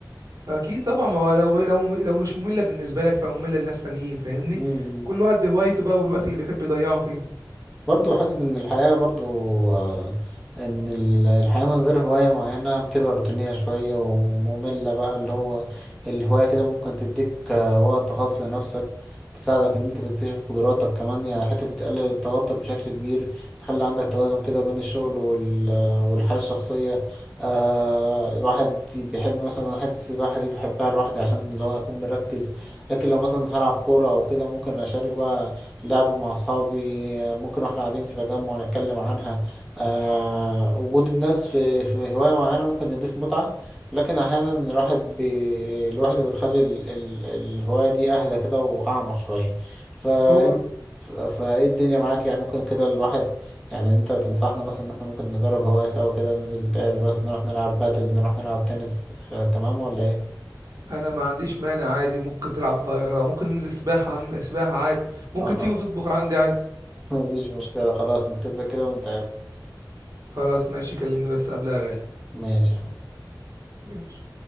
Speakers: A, on the right; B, in the centre.
A: اكيد طبعا ما هو لو لو لو مش ممله بالنسبه لك فممله لناس تانيين فاهمني
B: مم.
A: كل واحد بهوايته بقى والوقت اللي بيحب يضيعه فيه
B: برضو حتة إن الحياة برضو آه، إن ال- الحياة من غير هواية معينة بتبقى روتينية شوية ومملة بقى اللي هو الهواية كده ممكن تديك آه، وقت خاص لنفسك تساعدك إن أنت تكتشف قدراتك كمان يعني حتى بتقلل التوتر بشكل كبير تخلي عندك توازن كده بين الشغل وال... والحياة الشخصية آه الواحد بيحب مثلا حتة السباحة دي بحبها لوحدي عشان اللي هو أكون مركز لكن لو مثلا هلعب كورة أو كده ممكن أشارك بقى لعب مع أصحابي ممكن واحنا قاعدين في تجمع نتكلم عنها آه وجود الناس في في هواية معينة ممكن يضيف متعة لكن أحيانا الواحد بي... الواحدة بتخلي ال... ال... الهواية دي أهدى كده وأعمق شوية فأنت
A: هو
B: ف- فإيه الدنيا معاك يعني ممكن كده الواحد يعني أنت تنصحنا مثلا إن إحنا ممكن نجرب هواية سوا كده ننزل نتقابل مثلا نروح نلعب باتل نروح نلعب تنس آه تمام ولا إيه؟
A: انا ما عنديش مانع عادي وممكن تلعب طايره وممكن ننزل سباحه عم- سباحه عادي ممكن
B: خلاص
A: تيجي وتطبخ عندي عادي
B: <laughs> مفيش مشكلة خلاص نتفق كده ونتقابل
A: خلاص ماشي كلمني بس قبلها يا غالي
B: ماشي يا عم.
A: ماشي